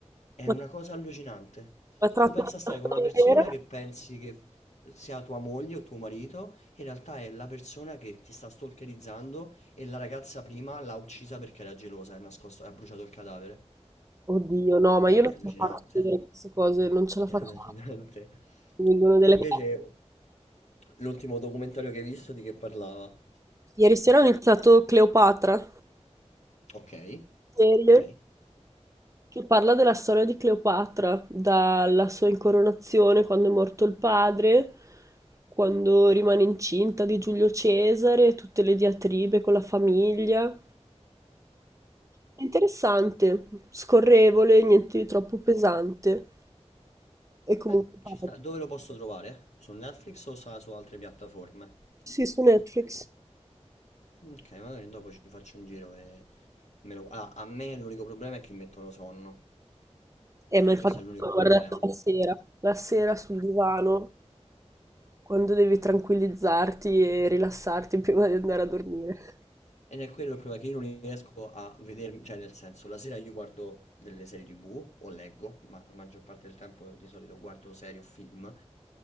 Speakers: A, on the left; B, on the right.
A: È
B: ma,
A: una cosa allucinante.
B: ma è tratto
A: Tu pensa
B: da
A: a stare
B: una
A: con
B: storia
A: una persona
B: vera?
A: che pensi che sia tua moglie o tuo marito, in realtà è la persona che ti sta stalkerizzando e la ragazza prima l'ha uccisa perché era gelosa e ha nascosto- ha bruciato il cadavere.
B: Oddio, no, ma
A: È,
B: io
A: è
B: non ce
A: allucinante.
B: la faccio a vedere queste cose, non ce la
A: È
B: faccio.
A: allucinante. <laughs>
B: Mi vengono delle...
A: Tu invece, l'ultimo documentario che hai visto di che parlava?
B: Ieri sera ho iniziato Cleopatra,
A: Ok,
B: serie.
A: ok.
B: che parla della storia di Cleopatra, dalla sua incoronazione quando è morto il padre, quando rimane incinta di Giulio Cesare, tutte le diatribe con la famiglia. È interessante, scorrevole, niente di troppo pesante. E comunque
A: Beh, ci
B: parla-
A: sta. Dove lo posso trovare? Su Netflix o sa- su altre piattaforme?
B: sì, su Netflix.
A: Ok, magari dopo ci faccio un giro e me lo... Allora, a me l'unico problema è che mi mettono sonno.
B: Eh, ma infatti
A: Questo è l'unico
B: l'ho
A: problema.
B: guardato la sera, la sera sul divano, quando devi tranquillizzarti e rilassarti prima di andare a dormire.
A: Ed è quello il problema che io non riesco a vedermi, cioè nel senso, la sera io guardo delle serie TV o leggo, ma la maggior parte del tempo di solito guardo serie o film,